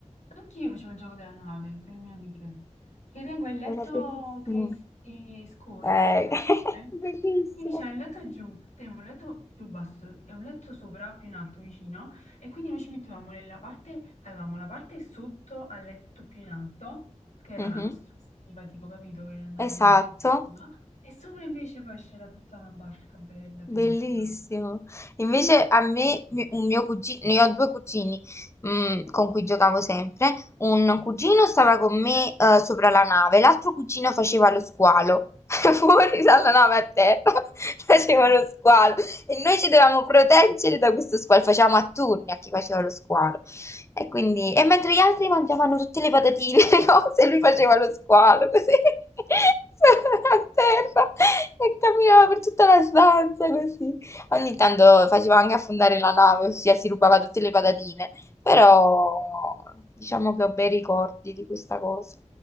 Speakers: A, on the left; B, on the left.
A: Anch'io facevo il gioco della nave con le mie amiche, perché tengo il letto
B: Era bellissimo.
A: che, s- che scorre,
B: Eh,
A: scorrevole,
B: <laughs> bellissimo.
A: quindi c'è il letto giù, tenevo un letto più basso e un letto sopra, più in alto, vicino, e quindi noi ci mettevamo nella parte, avevamo la parte sotto al letto più in alto, che era
B: Mhm,
A: la nostra stiva, tipo, capito, che andavamo
B: Esatto,
A: giù, là, e sopra invece poi c'era tutta la barca bella,
B: bellissimo.
A: bellissima.
B: Invece
A: Mm.
B: a me, mi- un mio cugino, io ho due cugini mm, con cui giocavo sempre. Un cugino stava con me eh, sopra la nave, l'altro cugino faceva lo squalo. <laughs> Fuori dalla nave a terra <laughs> faceva
A: <laughs>
B: lo squalo e noi ci dovevamo proteggere da questo squalo. Facevamo a turni a chi faceva lo squalo. E quindi, e mentre gli altri mangiavano tutte le patatine, <laughs> le cose, lui faceva lo squalo così, <laughs> a terra e camminava per tutta la stanza così. Ogni tanto faceva anche affondare la nave, ossia si rubava tutte le patatine, però diciamo che ho bei ricordi di questa cosa.